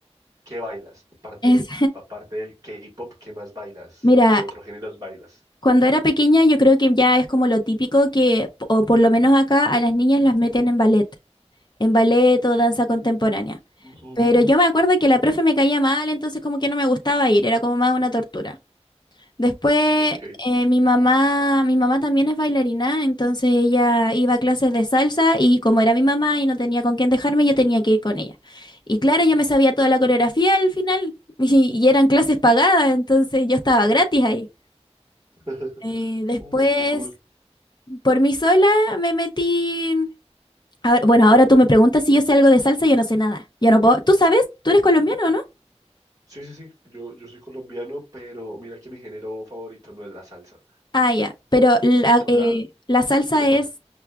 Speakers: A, on the right (about 30°); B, on the left (about 40°).
A: ¿qué bailas? Aparte,
B: Es...
A: aparte del K-pop, ¿qué más bailas?
B: <laughs> Mira,
A: ¿Qué otros géneros bailas?
B: cuando era pequeña yo creo que ya es como lo típico que, o por lo menos acá, a las niñas las meten en ballet, en ballet o danza contemporánea.
A: Ujú,
B: Pero yo me acuerdo que la profe me caía mal, entonces como que no me gustaba ir, era como más una tortura. Después
A: Ok.
B: eh, mi mamá, mi mamá también es bailarina, entonces ella iba a clases de salsa y como era mi mamá y no tenía con quién dejarme, yo tenía que ir con ella. Y claro, yo me sabía toda la coreografía al final <laughs> y, y eran clases pagadas, entonces yo estaba gratis ahí.
A: <laughs>
B: Eh, después,
A: Uy, qué cool.
B: por mí sola me metí... ahora- bueno, ahora tú me preguntas si yo sé algo de salsa, yo no sé nada. Yo no puedo... ¿Tú sabes? ¿Tú eres colombiano, o no
A: Sí, sí, sí. Yo, yo soy colombiano, pero mira que mi género favorito no es la salsa.
B: Ah, ya. Pero la,
A: O
B: eh,
A: sea,
B: la salsa
A: me pasa.
B: es